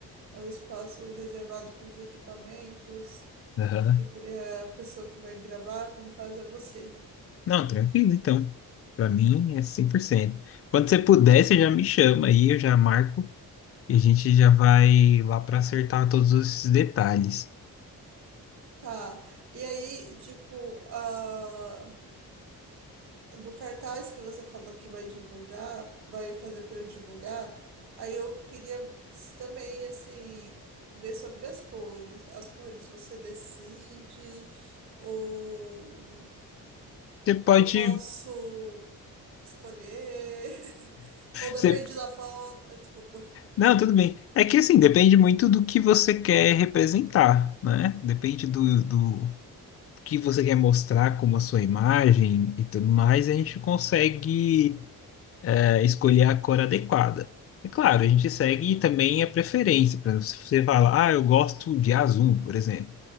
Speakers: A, on the right; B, on the left.
A: é o espaço reservado para os equipamentos
B: Aham.
A: e para a pessoa que vai gravar, que no caso é você.
B: Não, tranquilo, então. Pra mim é cem por cento Quando você puder, você já me chama aí, eu já marco e a gente já vai lá pra acertar todos esses detalhes.
A: Tá. E aí, tipo, a do cartaz que você falou que vai divulgar, vai fazer para eu divulgar, aí eu queria s- também, assim, ver sobre as cores. As cores você decide, ou
B: Você pode.
A: eu posso escolher, <laughs> ou depende
B: Você...
A: da foto. Ah, Desculpa.
B: Não, tudo bem. É que assim, depende muito do que você quer representar, né? Depende do, do que você quer mostrar como a sua imagem e tudo mais, a gente consegue é, escolher a cor adequada. É claro, a gente segue também a preferência. Por exemplo, se você fala, ah, eu gosto de azul, por exemplo.